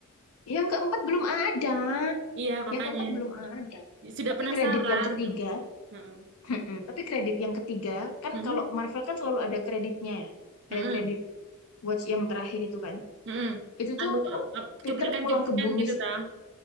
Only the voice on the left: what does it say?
Yang keempat belum ada.
Yang keempat belum ada.
Tapi
kredit yang ketiga,
Mm-mm. tapi kredit yang ketiga, kan
kalau Marvel kan selalu ada kreditnya ya.
Ada kredit Watch yang terakhir itu kan.
Itu
tuh
Peter
pulang ke bumi
sih.